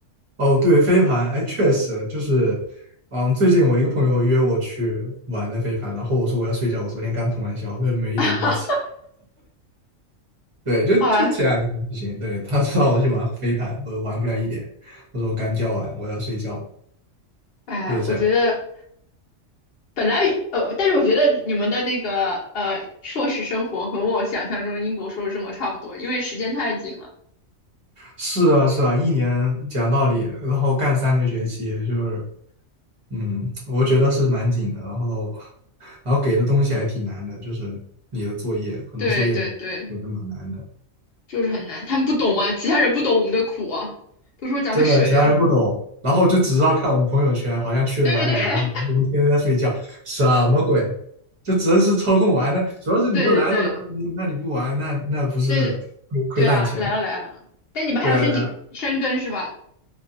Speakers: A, on the right (about 30°); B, on the left (about 55°).
A: 哦，对，飞盘，哎，确实就是，嗯，最近我一个朋友约我去玩的飞盘，然后我说我要睡觉，我昨天刚通完宵，根本没一点力气。
B: <laughs>
A: 对，就就前两天不行，
B: 好啊，
A: 对，他让我去玩飞盘，我玩不了一点，我说我刚教完，我要睡觉了
B: 哎，
A: 就是这样。
B: 我觉得本来呃，但是我觉得你们的那个呃硕士生活和我想象中的英国硕士生活差不多，因为时间太紧了。
A: 是啊，是啊，一年讲道理，然后干三个学期，就是嗯，我觉得是蛮紧的，然后，然后给的东西还挺难的，就是你的作业，很多作业有的蛮难的，
B: 对对对，就是很难，他们不懂啊，其他人不懂我们的苦啊，都说咱们水啊。
A: 真的，其他人不懂，然后就只知道看我们朋友圈，好像去了哪里玩，
B: <laughs> 对对对
A: 我们天天在睡觉，什么鬼？就只能是抽空玩的，主要是你都来都来了，
B: 对对
A: 那那你不玩，那那不是
B: 对
A: 亏亏烂钱？
B: 对啊，来了来了，但你们还要申请申根是吧？
A: 对啊，对啊，